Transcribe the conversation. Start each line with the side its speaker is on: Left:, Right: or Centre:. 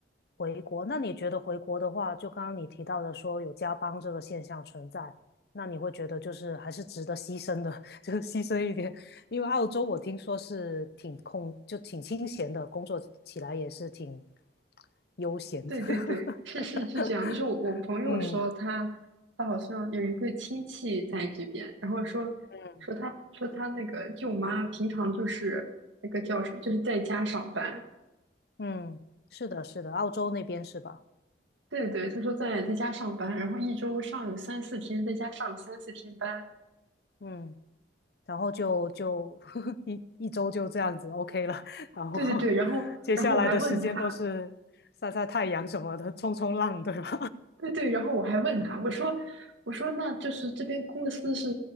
Left: 回国？那你觉得回国的话，就刚刚你提到的说有加班这个现象存在，那你会觉得就是还是值得牺牲的，<laughs> 就是牺牲一点。因为澳洲我听说是挺空，就挺清闲的，工作起来也是挺悠闲的。
Right: 对对对，是是是这样。
Left: <laughs>
Right: 就是我我朋友说他他好像有一个亲戚在这边，
Left: 嗯
Right: 然后说
Left: 嗯。
Right: 说他说他那个舅妈平常就是那个叫什么，就是在家上班。
Left: 嗯，是的，是的，澳洲那边是吧？
Right: 对对，他说在在家上班，然后一周上个三四天，在家上个三四天班。
Left: 嗯然后就就 <laughs> 一一周就这样子 OK 了，<laughs> 然后
Right: 对对对，然后然后我还问他，
Left: 接下来的时间都是晒晒太阳什么的，冲冲浪，对吧？
Right: 对对，然后我还问他，我说我说那就是这边公司是